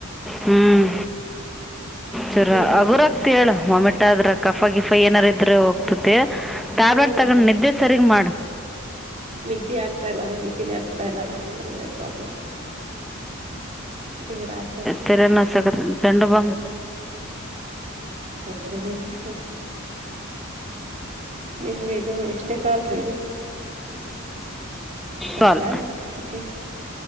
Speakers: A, in the centre; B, on the right.
A: ಹ್ಮ್ ಚರ
B: ಏನಂದ್ರಿ
A: ಹಗುರಗ್ತಿ ಹೇಳ ವಾಮಿಟ್ಟಾದ್ರ ಕಫ ಗಿಫ ಏನಾರ ಇದ್ರ ಹೋಗ್ತತಿ ಟ್ಯಾಬ್ಲೆಟ್
B: ಹ್ಞೂ
A: ತಗೊಂಡ್
B: ಅಕ್ಕ
A: ನಿದ್ದೆ ಸರಿಗಿ ಮಾಡ್
B: ನಿದ್ದಿ ಹತ್ತತಾ ಇಲ್ಲಾ ಅದೇ ನಿದ್ದೆನೇ ಹತ್ತತ್ತಾ ಇಲ್ಲಾ ಅದೇ ಪ್ರಾಬ್ಲಮ್ ಇವ ರಾತ್
A: ತೆಲಿ ನುಸಾಕಹತಾಕತೈದ ಜಂಡು ಬಾಂಬ್
B: ತಗೊಂಡಿನ್ರಿ ನಿಮ್ಗೆ ಇದು ಎಷ್ಟನೇ ಕಲ್ ರೀ ಇದು ಫಸ್ಟ್
A: ಕಾಲ್
B: ಆಯಕೆ